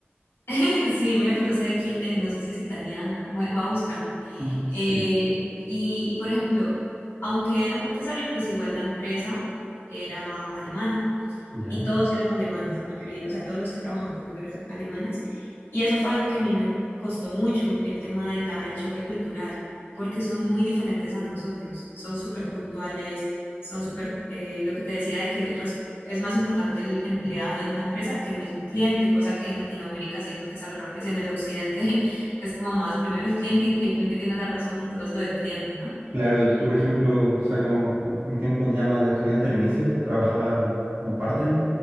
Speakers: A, on the left; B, on the right.
A: <laughs> sí, mira que no sé de quién es, no sé si es italiana, bueno, voy a buscarlo.
B: Mm,
A: Eh,
B: sí.
A: y, y por ejemplo, aunque era Montessori, pues igual la empresa era alemana.
B: Ya.
A: y todos eran alemanes, la mayoría, o sea, todos los que trabajaban conmigo eran alemanes, y eso fue algo que a mí me costó mucho, el tema del choque cultural, porque son muy diferentes a nosotros, son súper puntuales, son súper, eh, lo que te decía de que res- es más importante el empleado en una empresa que el mismo cliente, cosa que en Latinoamérica siento que es al revés, en el occidente <laughs> es como más, primero el cliente y el cliente tiene la razón y todo es lo del cliente, ¿no?
B: Claro, yo por ejemplo, o sea, como con mis tiempos de llama de estudiante al inicio, trabajaba como part-time